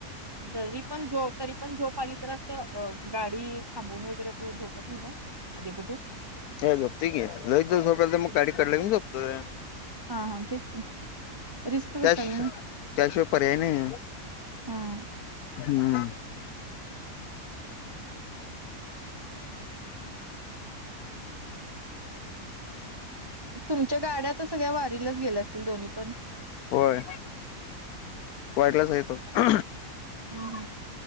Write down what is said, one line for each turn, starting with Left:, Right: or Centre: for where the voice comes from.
Right: जरी पण जो तरी पण झोप आली तर असं गाडी थांबवून वगैरे अस झोपत नाही का आधी मधी
Left: हे झोपतोय की लईच जर झोप यायली तर मग गाडी कढला घेऊन झोपतोय,
Right: हा हा तेच की रिस्क
Left: त्या
Right: कशाला नाही
Left: त्याशिवाय पर्याय नाही
Right: हम्म.
Left: हम्म
Right: तुमच्या गाड्या तर सगळ्या वारीलाच गेल्या असतील दोन्ही पण
Left: होय वारीलाच आहेत बघ
Right: ह्म ह्म